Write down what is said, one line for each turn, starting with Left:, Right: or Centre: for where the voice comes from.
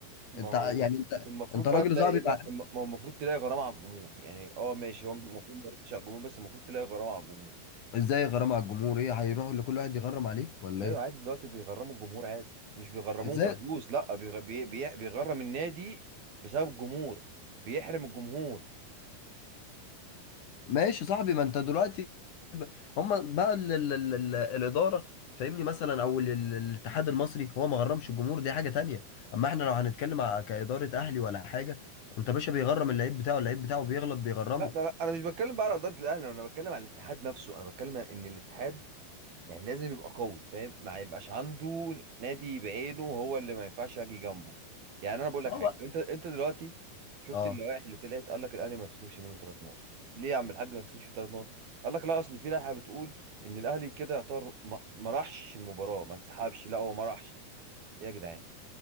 Right: ما
Left: انت
Right: هو
Left: يعني انت
Right: المفروض
Left: انت
Right: بقى
Left: راجل
Right: تلاقي
Left: صاحبي
Right: ايه بقى
Left: مع...
Right: الم- ما هو المفروض تلاقي غرامه على الجمهور يعني اه ماشي هو المفروض ما يردش على الجمهور بس المفروض تلاقي غرامه على الجمهور
Left: ازاي غرام على الجمهور ايه هيروحوا لكل واحد يغرم عليه ولا
Right: ايوه
Left: ايه
Right: عادي دلوقتي بيغرموا الجمهور عادي مش بيغرموهم
Left: ازاي
Right: كفلوس لا بيغ... بي... بي... بيغرم النادي بسبب الجمهور بيحرم الجمهور
Left: ماشي يا صاحبي ما انت دلوقتي ب- هما بقى ال ال ال ال الاداره فاهمني مثلا او ال ال الاتحاد المصري هو ما غرمش الجمهور دي حاجه تانية اما احنا لو هنتكلم ع- كاداره اهلي ولا حاجه انت باشا بيغرم اللعيب بتاعه اللعيب بتاعه بيغلط بيغرمه
Right: لا لا، انا مش بتكلم بقى على اداره الاهلي انا بتكلم على الاتحاد نفسه انا بتكلم ان الاتحاد يعني لازم يبقى قوي فاهم ما يبقاش عنده نادي بعينه هو اللي ما ينفعش اجي جنبه يعني انا بقول لك
Left: اه
Right: حاجه
Left: بقى
Right: انت انت دلوقتي شفت
Left: اه
Right: اللوائح اللي طلعت قال لك الاهلي ما تخصمش منه ثلاث نقط ليه يا عم الحاج ما تخصمش ثلاث نقط قال لك لا اصل في لائحه بتقول ان الاهلي كده يعتبر ما ما راحش المباراه ما انسحبش لا هو ما راحش إيه يا جدعان